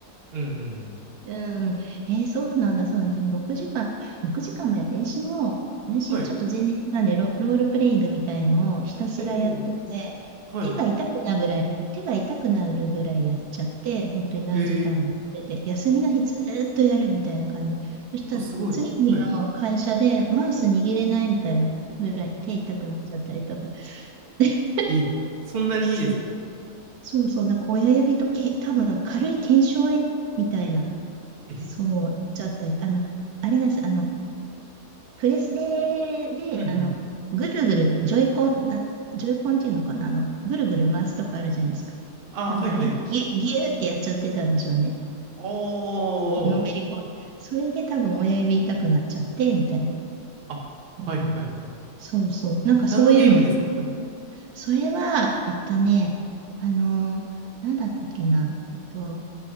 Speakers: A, on the right; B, on the right.
A: うんうん。
B: うん。えーそうなんだ、そうなんだ。でも6時間、6時間もやって、私も、私ちょっと全然違うんで、
A: はい。
B: ロ、ロールプレイングみたいのをひたすらやってて、
A: おお、はい。
B: 手が痛くなるぐらい、手が痛くなるぐらいやっちゃって、本当に何時間もやってて、
A: ええ
B: 休みの日ずーっとやるみたいな感じ。そしたら次の日の会社でマウス握れないみたいなぐらい手痛くなっちゃったりとか。
A: あ、すごい。はい。
B: <laughs>
A: えそんなにいいですか
B: そう、そうそう、なんか親指とけ、多分軽い腱鞘炎みたいな。
A: え
B: そう、ちょっと、あの、あれなんです。あの、プレステで、
A: うんうん。
B: あの、ぐるぐる、ジョイコン、な、ジョイコンっていうのかな、あの、ぐるぐる回すとこあるじゃないですか。
A: ああ、
B: 多分あれ、
A: はいはい。
B: ぎゅ、ぎゅーってやっちゃってたんでしょうね。
A: おー。
B: のめり込んで。それで多分親指痛くなっちゃって、みたいな。
A: あ、
B: うんうん、
A: はいはいはい。
B: そうそう。なんかそういうの。
A: 何のゲームですかはい。
B: それは、えっとね、あの、なんだったっけな。えっと、